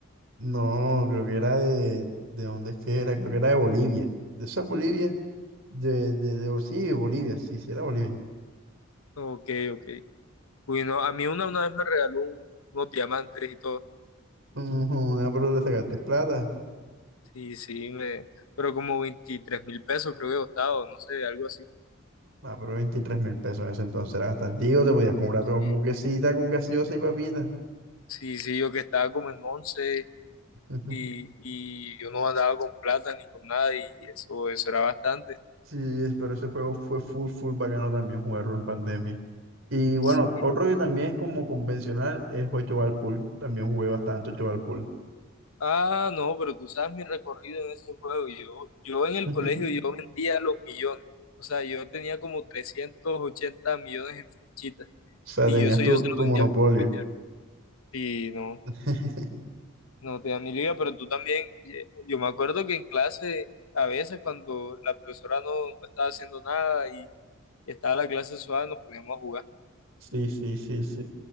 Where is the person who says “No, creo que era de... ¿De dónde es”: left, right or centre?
Right